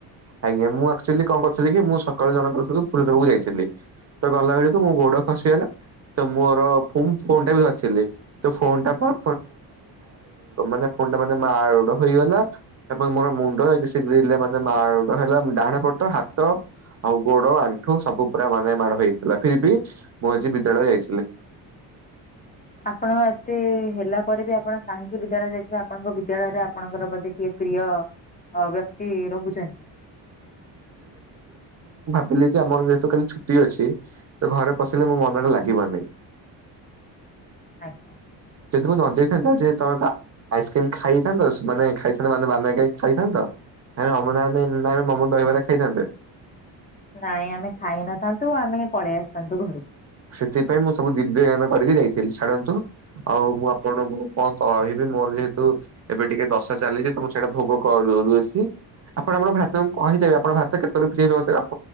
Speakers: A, on the right (about 35°); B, on the left (about 20°).
A: ଆଜ୍ଞା ମୁଁ ଆକଚୋଲି କଣ କରିଥିଲି, କି ମୁଁ ସକାଳୁ ଜଣକୁ ଫୁଲ ଦେବାକୁ ଯାଇଥିଲି ତ ଗଲା ବେଳକୁ ମୋ ଗୋଡ ଗୋଡ ଖସିଗଲା। ତ ମୋର ଫୋନ ଟା ବି ଧରିଥିଲି ଫୋନ ଟା ମାନେ ମାନେ ଫୋନ୍ ଟା ମାଡ ହେଇଗଲା ଏବଂ ମୋର ମୁଣ୍ଡ ସିଯିଯାଇଥିଲ। ହେଲା ଡାହାଣ ପଟ ହାତ ଆଉ ଗୋଡ ଆଣ୍ଠୁ ସବୁ ପୁରା ମାନେ ମାଡ ହେଇଥିଲା ଫର ବି ମୁଁ ଆଜି ବିଦ୍ୟାଳୟ ଯାଇଥିଲି।
B: ଆପଣ ଏତେ ହେଲା ପରେ ବି ଆପଣ କାହିଁକି ବିଦ୍ୟାଳୟ ଯାଇଥିବେ, ଆପଣଙ୍କ ବିଦ୍ୟାଳୟରେ ଆପଣଙ୍କର ବୋଧେ କିଏ ପ୍ରିୟ ଅ ବ୍ୟକ୍ତି ରହୁଛନ୍ତି।
A: ବ ଆମର ଯେହେତୁ କାଲି ଛୁଟି ଅଛି, ତ ଘରେ ପଶିଲେ ମୋ ମନ ଟା ଲାଗିବନିଁ।
B: ଆଚ୍ଛା।
A: ଯଦି ମୁ ନଯେଇଥାନ୍ତା ଯେ ତମେ ଆଇସ୍କ୍ରିମ ଖାଇଥାନ୍ତ, ମାନେ ଖାଇଥାନ୍ତତା ମାନେ ମାନ ଖାଇଥାନ୍ତତା। ଆ ଅମଦ ମମ ଦହିବାରେ ଖାଇଥାନ୍ତେ।
B: ନାଇଁ ଆମେ ଖାଇ ନଥାନ୍ତୁ ଆମେ ପଳେଇ ଆସିଥାନ୍ତୁ ଘରୁକୁ
A: ସେଥିପାଇଁ ମୁଁ ସବୁ ଦିବ୍ୟ ଯାନ କରିକି ଯାଇଥିଲି, ଛାଡନ୍ତୁ ଆଉ ମୁଁ ଆପଣଙ୍କୁ କଣ କହିବି। ମୋର ଯେହେତୁ ଏବେ ଟିକେ ଦଶା ଚାଲିଛି ତମ ସେଇଟା ଭୋଗ କର ଅଛି। ଆପଣ ଆମ ଭାରତ ପ କହିଞ୍ଚିିବବେ ଆପଣ ଭାରତେବେଳେ ଆପ